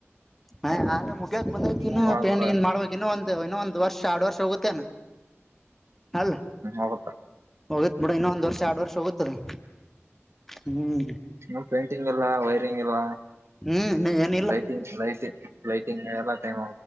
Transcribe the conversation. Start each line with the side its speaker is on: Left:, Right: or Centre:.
Centre: ಹ್ ಆದ್ರೆ ಮುಗ್ಯಾಕ್ ಬಂದಕನು
Right: ಹ್ಮ್ ಬಾಳ
Centre: ಪೇಂಟ್
Right: ದೂರ
Centre: ಗಿಂಟ ನ್ ಮಾಡಬೇಕ. ಇನ್ನು ಒಂದು ಇನ್ನೊಂದ್ ವರ್ಷ ಎರೆಡು ವರ್ಷ ಹೋಗುತ್ತೇನ ಅಲ್ಲ
Right: ಆಗುತ್ತ
Centre: ಹೋಗತ್ ಬಿಡ ಇನ್ನೊಂದ್ ವರ್ಷ ಆರಡ್ ವರ್ಷ ಹೋಗುತ್ತದಾ ಹ್ಮ್
Right: ಇ ಪೇಂಟಿಂಗ್ ಇಲ್ಲ ವೈರಿಂಗ್ ಇಲ್ಲ
Centre: ಹ್ಮ್ ಏನಿಲ್ಲ
Right: ಲೈಟಿಂಗ್ ಲೈಟ್ ಲೈಟಿಂಗ್ ಎಲ್ಲ ಟೈಮ್